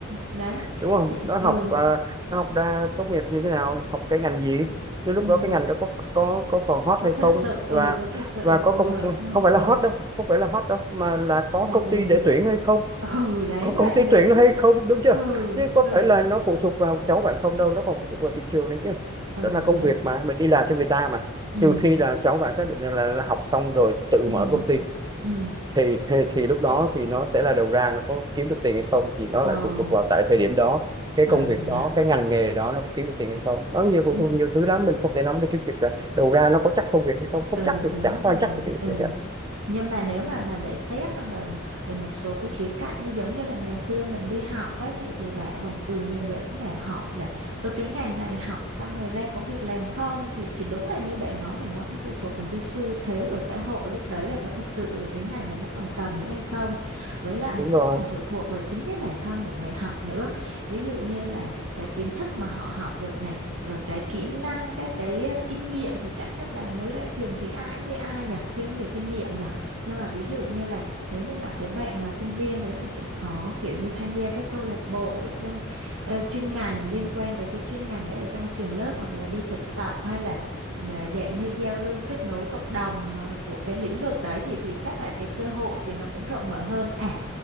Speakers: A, on the right (about 75°); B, on the right (about 20°).
A: đấy
B: đúng không
A: thì
B: nó
A: ừ
B: học à, nó học ra tốt nghiệp như thế nào học cái ngành gì chứ lúc
A: ừ
B: đó cái ngành đó có có có còn hot
A: có
B: hay
A: thực
B: không
A: sự ừ
B: và
A: có thực sự
B: và có
A: phù
B: công
A: hợp không
B: không phải
A: ừ
B: là hot đâu không phải là hot đâu mà là có
A: mà
B: công
A: là
B: ty
A: gì
B: để tuyển hay không
A: ừ đấy
B: có
A: vậy
B: công ty
A: nữa
B: tuyển
A: chứ
B: nó hay không đúng chưa
A: ừ
B: chứ có
A: ừ
B: phải là nó phụ thuộc vào cháu bạn không đâu nó còn phụ thuộc vào thị trường đấy chứ
A: ừ
B: đó là công
A: đấy
B: việc mà mình đi làm cho người ta mà
A: ừ
B: trừ khi là cháu bạn xác định rằng là, là học xong rồi tự
A: ừ
B: mở công ty
A: ừ
B: thì <laughs> thì lúc đó thì nó sẽ là đầu ra nó có kiếm được tiền hay không thì nó
A: ừ
B: lại phụ thuộc vào tại thời điểm đó cái
A: ừ
B: công việc
A: nhỉ
B: đó cái ngành nghề đó nó có kiếm được tiền hay không nó nhiều phụ
A: ừ
B: thuộc nhiều thứ lắm mình không thể nói được cái việc là đầu ra nó có chắc công việc hay không không
A: ừ
B: chắc được
A: đúng
B: chả
A: rồi
B: có ai chắc được cái việc
A: ừ
B: này cả
A: nhưng mà nếu mà mà để xét về về một số cái khía cạnh ấy, giống như là ngày xưa mình đi học ấy thì thì bảo là ừ nhiều người cũng bảo hỏi là ừ cái ngành này học xong rồi ra có việc làm không thì thì đúng là như bạn nói thì nó cũng phụ thuộc vào cái xu thế của xã hội lúc đấy là có thực sự là cái ngành đấy nó còn cần nữa hay không với lại nó
B: đúng
A: cũng
B: rồi
A: còn phụ thuộc vào chính cái bản thân của người học nữa ví dụ như là cái kiến thức mà họ học được này rồi cái kỹ năng các cái ờ, kinh nghiệm thì chắc là mới ra trường thì ai như ai nhỉ chưa nhiều kinh nghiệm nhỉ nhưng mà ví dụ như là nếu như mà cái bạn mà sinh viên đấy mà chịu khó kiểu như tham gia các câu lạc bộ trong ờ, chuyên ngành liên quan tới cái chuyên ngành đấy ở trong trường lớp hoặc là đi thực tập hay là ờ, dạng như giao lưu kết nối cộng đồng ờ, của cái lĩnh vực đấy thì thì chắc là cái cơ hội thì nó cũng rộng mở hơn à